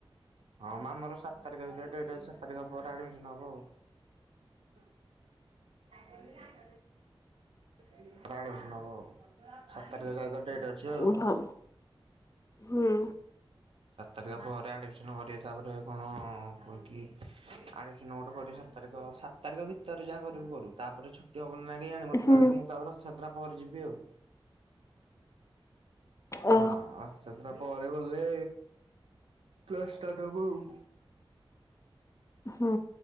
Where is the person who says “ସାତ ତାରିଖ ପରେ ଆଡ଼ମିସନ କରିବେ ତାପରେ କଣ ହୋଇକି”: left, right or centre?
Right